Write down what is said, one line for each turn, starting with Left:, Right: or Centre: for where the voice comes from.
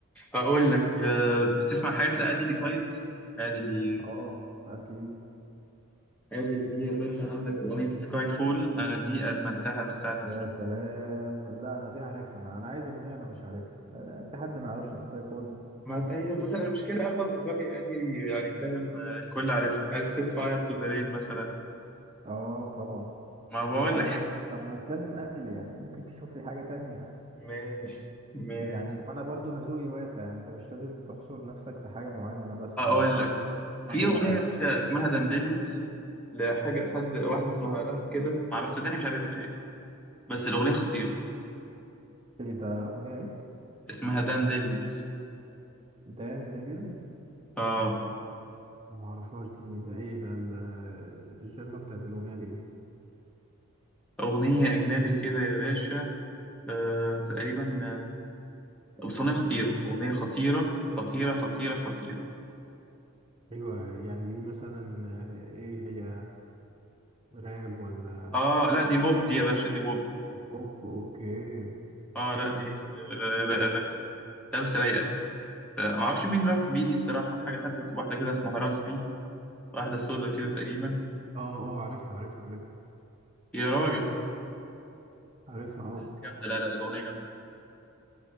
Centre: اقول لك آه، بتسمع حاجات لأديلي طيب أديلي
Right: أه أكيد
Centre: أديلي دي يا باشا عندك أغنية سكاي فول أنا دي أدمنتها من ساعة ما
Right: يا
Centre: سمعتها
Right: سلام لا أنا دي عارفها أنا أنا عايز أغنية أنا مش عارفها لا، في حد ما يعرفش سكاي فول
Centre: ما انت هي بص انا المشكله اغلب اغاني ادي يعني فاهم آه، الكل عارفها عارف سيت فاير تو ذا رين مثلا
Right: أه طبعا
Centre: ما بقول
Right: عادي
Centre: لك <laughs>
Right: مش- طب مش لازم أدل يعني ممكن تشوف لي حاجة تانية
Centre: ماشي ماشي
Right: يعني وأنا برضو أنا ذوقي واسع يعني أنت مش لازم تحصر نفسك في حاجة معينة أنا بسمع
Centre: اقول
Right: تقريبا
Centre: لك في
Right: بسمع كل
Centre: اغنيه
Right: حاجة
Centre: يا باشا اسمها دانديليونز لحاجه حد واحده اسمها راس كده ما اعرفش صدقني مش عارفها يعني بس الاغنيه خطيره
Right: إيه ده أغنية إيه؟
Centre: اسمها دانديليونز
Right: دان ديليون
Centre: اه
Right: ما اعرفهاش دي ده ايه ده ال- الجنرا بتاعت الاغنيه دي ايه
Centre: اغنيه اجنبي كده يا باشا آه تقريبا آه، بس اغنيه خطيره اغنيه خطيره خطيره خطيره خطيره
Right: ايوه يعني دي مثلا آه، ايه هي راب ولا
Centre: اه لا دي بوب دي يا باشا دي بوب
Right: بوب اوكي
Centre: اه
Right: حلو
Centre: لا دي مش
Right: ماشي. ذوقي
Centre: آه لا لا لا لابسه رايقه آه، ما اعرفش مين رفض بيه دي بصراحه حاجه حتى واحده كده اسمها راس بي واحده سودا كده تقريبا
Right: اه اه عارفها عارفها عارفها
Centre: يا راجل
Right: عارفها اه
Centre: لابسه جامده لا لا الاغنيه جامده